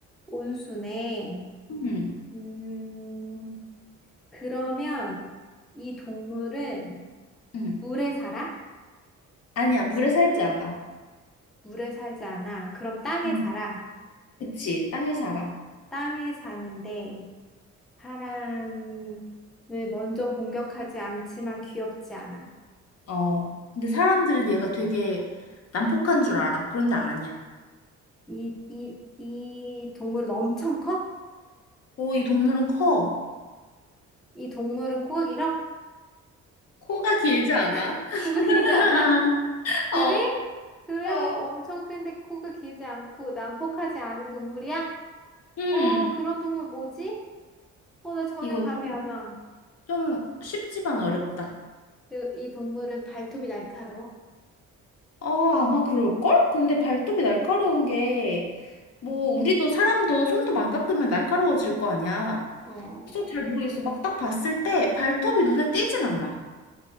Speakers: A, in the centre; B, on the left.
A: 온순해.
B: 응,
A: 음, 그러면 이 동물은
B: 응.
A: 물에 살아?
B: 아니야, 물에 살지 않아.
A: 물에 살지 않아. 그럼 땅에
B: 음.
A: 살아.
B: 그치, 땅에 살아.
A: 땅에 사는데 사람을 먼저 공격하지 않지만 귀엽지 않아.
B: 어. 근데 사람들은 얘가 되게 난폭한 줄 알아. 그런데 아니야.
A: 이, 이, 이 동물은 엄청 커?
B: 오, 이 동물은 커.
A: 이 동물은 코가 길어?
B: 코가 길지 않아?
A: <laughs>
B: <laughs>
A: 코가 길지 않아? 그래?
B: 어,
A: 그래요?
B: 어.
A: 엄청 큰데 코가 길지 않고 난폭하지 않은 동물이야?
B: 응.
A: 어, 그런 동물 뭐지? 어, 나 전혀
B: 이거
A: 감이
B: 좀,
A: 안 와.
B: 좀 쉽지만 어렵다.
A: 그, 이 동물은 발톱이 날카로워.
B: 어, 아마 그럴걸? 근데 발톱이 날카로운 게, 뭐, 우리도 사람도 손톱 안 깎으면 날카로워질 거 아니야.
A: 어,
B: 그래서 잘 모르겠어. 막 딱 봤을 때 발톱이 눈에 띄진 않아.